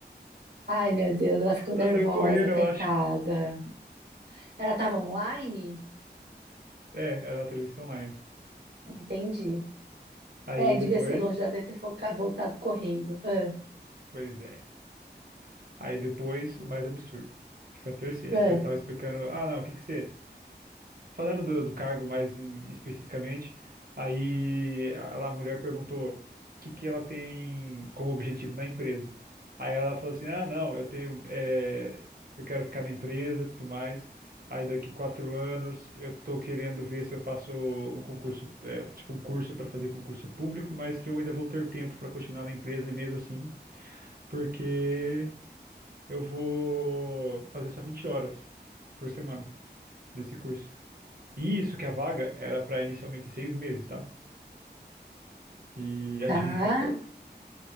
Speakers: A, on the right; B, on the right.
A: Ai, meu Deus, ela ficou nervosa,
B: Ela saiu correndo,
A: coitada.
B: eu acho.
A: Ela estava online?
B: É, era a entrevista online.
A: Não entendi.
B: Aí
A: É, devia
B: depois,
A: ser longe, ela deve ter foca- voltado correndo. Ah,
B: pois é. Aí depois o mais absurdo, que foi a terceira,
A: ah.
B: que eu estava explicando, ah, não, o que que você. Falando do, do cargo mais em- especificamente, aí a, a mulher perguntou o que que ela tem como objetivo na empresa. Aí ela falou assim, ah, não, eu tenho. eh, eu quero ficar na empresa e tudo mais. Aí daqui quatro anos eu tô querendo ver se eu faço um concurso, eh, tipo um curso para fazer concurso público, mas que eu ainda vou ter tempo para continuar na empresa e mesmo assim porque eu vou fazer só 20 horas por semana desse curso. E isso que a vaga era para inicialmente seis meses, tá? E
A: Tá,
B: adivinha o que aconteceu?